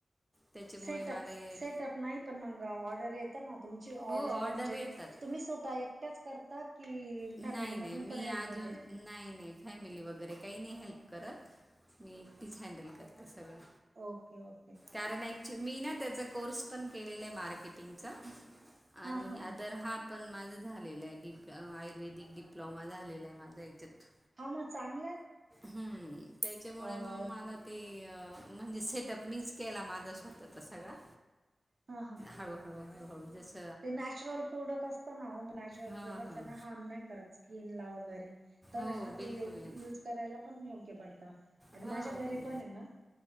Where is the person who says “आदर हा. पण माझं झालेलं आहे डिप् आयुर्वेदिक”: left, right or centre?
Centre